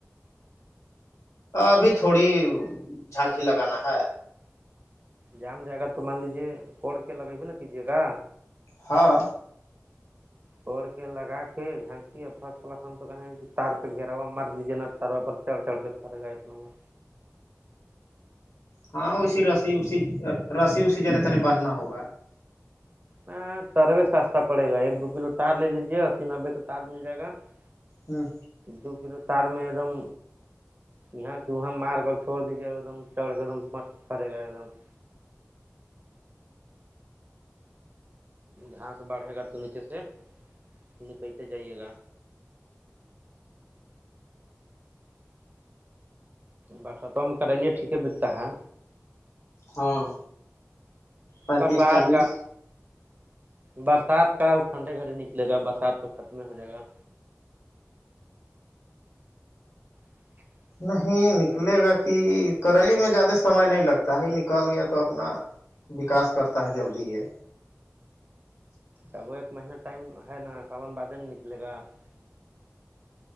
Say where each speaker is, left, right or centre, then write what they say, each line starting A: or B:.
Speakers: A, on the left (about 80°); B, on the right (about 35°).
A: ابھی تھوڑی جھانکی لگانا ہے
B: جام جائے گا تو مان لیجیے کوڑ کے لگےبے نا کیجیے گا
A: ہاں
B: توڑ کے لگا کے جھانکی فرسٹ کلاس ہم تو کہیں کہ تار سے گھیرا ہوا مار دیجیے نا تاروا پر چل چل کے فرق آئے اپنا مار
A: ہاں ویسی رسی اسی رسی اسی جنے تنے باندھنا ہوگا <unintelligible>
B: ہاں تروے سستا پڑے گا ایک دو کلو تار لے لیجے اسی نبوی کا تار مل جائے گا <unintelligible>
A: ہوں
B: دو کلو تار میں ایک دم یہاں سے وہاں مار کر چھوڑ دیجیے گا ایکم چڑ سے ایک م پڑے گا ایک دم <unintelligible> گھاس بڑھے گا تو نیچے سے نیچے سے جائیے گا برستوں میں کرلیے ٹھیک بتا ہے
A: ہاں پینتیس
B: برسات
A: چالیس
B: کا برسات کا ٹھنڈے گھر ہی نکلے گا برسات تو ختم ہو جائے گا <inaudible>
A: نہیں نکلے گا کہ کریلی میں زیادہ سمے نہیں لگتا ہے نکل گیا تو اپنا وکاس کرتا ہے جلدی یہ
B: اب وہ ایک مہین ٹائم ہے نا ساون بعد ہے نا نکلے گا <unintelligible>